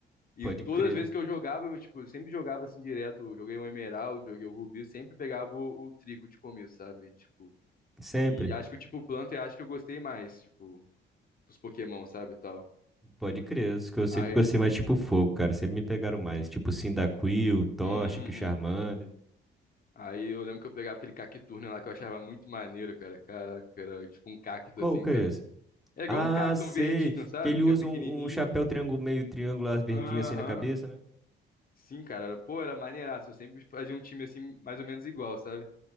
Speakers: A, on the left (about 45°); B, in the centre.
A: E
B: Pode
A: todas
B: crer.
A: as vezes que eu jogava, eu, tipo, eu sempre jogava assim direto. Eu joguei um Emerald, joguei o Rubi, eu sempre pegava o, o trigo de começo, sabe? Tipo,
B: Sempre.
A: e acho que o tipo planta eu acho que eu gostei mais, tipo, dos Pokémon, sabe, e tal.
B: Pode crer. Os que eu sempre
A: Aí,
B: gostei mais, tipo fogo, cara. Sempre me pegaram mais. Tipo Cyndaquil, Toxic,
A: uhum.
B: Charmander.
A: Aí eu lembro que eu pegava aquele Cacturne lá que eu achava muito maneiro, cara. Caraca, era tipo um cacto
B: Qual
A: assim,
B: que
A: sabe?
B: é esse?
A: É igual
B: Ah,
A: um cacto,
B: sei.
A: um verdinho, sabe?
B: Que ele
A: Que
B: usa
A: é pequenininho.
B: um, um chapéu triângulo, meio triângulo, as verdinhas
A: Aham.
B: assim na cabeça, né?
A: Sim, cara. era- Pô, era maneiraço. Eu sempre fazia um time assim, mais ou menos igual, sabe?